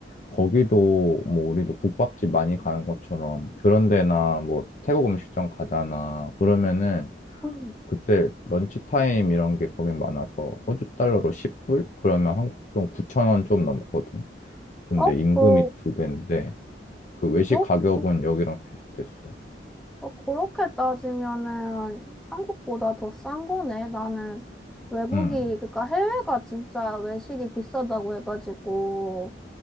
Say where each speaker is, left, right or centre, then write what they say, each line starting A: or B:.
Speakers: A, on the left; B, in the centre.
A: 거기도 뭐 우리도 국밥집 많이 가는 것처럼 그런 데나 뭐 태국 음식점 가잖아. 그러면은
B: 응
A: 그때 런치타임 이런 게 거긴 많아서 호주 달러로 10불? 그러면 한국 돈 9천 원 좀 넘거든. 근데
B: 어,
A: 임금이
B: 그러,
A: 두 배인데 그 외식
B: 그러,
A: 가격은
B: 어,
A: 여기랑 비슷했어.
B: 어, 그렇게 따지면은 한국보다 더 싼 거네. 나는 외국이,
A: 응.
B: 그러니까 해외가 진짜 외식이 비싸다고 해가지고